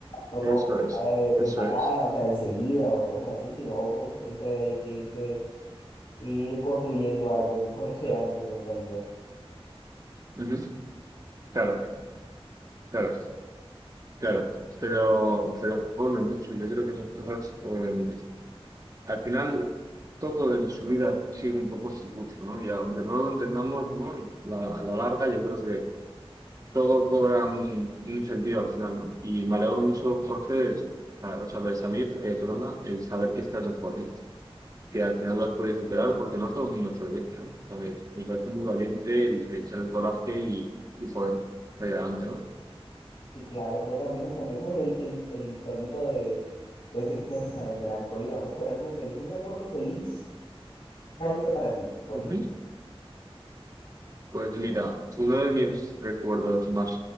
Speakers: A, on the left; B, on the right.
A: No todo
B: Eso
A: se
B: es,
A: da de, de
B: eso
A: tacada,
B: es.
A: o sea, enseguida o cosas así, sino siempre hay que irse, ir construyendo algo en <laughs> cualquier ámbito en realidad.
B: Ujú. Claro, claro, claro. Pero, pero bueno, no sé, yo creo que esas cosas, eh, al final, todo en su vida sigue un poco su curso, ¿no? Y aunque no lo entendamos, ¿no? Y a la, a la larga, yo creo que todo cobra un, un sentido al final, ¿no? Y me alegro mucho, Jorge, a- o sea, pues, a mí, eh, perdona, el saber que estás mejor, ¿no? que al final lo has podido superar, porque no todo el mundo te lo dice, ¿no? A ver, Me parece muy valiente el echar el coraje y, y poder salir adelante, ¿no?
A: Sí, claro, pero cambiemos, cambiemos el, el, el tonito de, de tristeza, de melancolía. Vamos con algo feliz, un recuerdo feliz. ¿Cuál fue para ti, por
B: Ujú.
A: ejemplo?
B: Pues mira, uno de mis recuerdos más